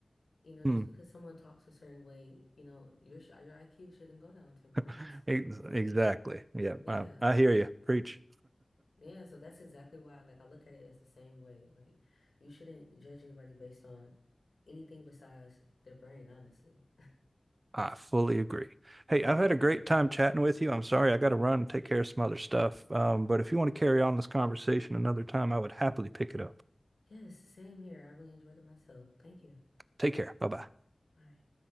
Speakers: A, on the left; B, on the right.
A: You know,
B: Hmm.
A: just because someone talks a certain way, you know, your sh- your IQ shouldn't go down 10 points.
B: <laughs> Ex- Exactly. Yeah.
A: Yeah.
B: I, I hear you. Preach.
A: Yeah, so that's exactly why like I look at it as the same way. Like you shouldn't judge anybody based on anything besides their brain, honestly.
B: I fully agree. Hey,
A: And
B: I've
A: then
B: had
A: even
B: a great
A: then,
B: time
A: yeah.
B: chatting with you. I'm sorry I got to run and take care of some other stuff. Um, but if you want to carry on this conversation another time, I would happily pick it up.
A: Yes, same here. I really enjoyed it myself. Thank you.
B: Take care. Bye bye.
A: Bye.